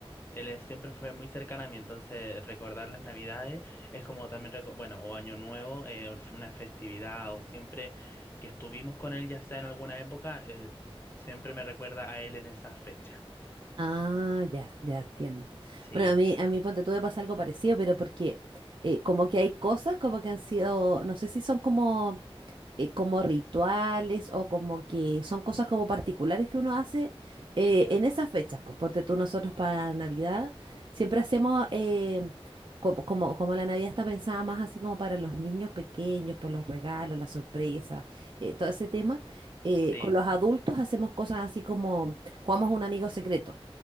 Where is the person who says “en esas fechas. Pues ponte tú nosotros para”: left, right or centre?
Right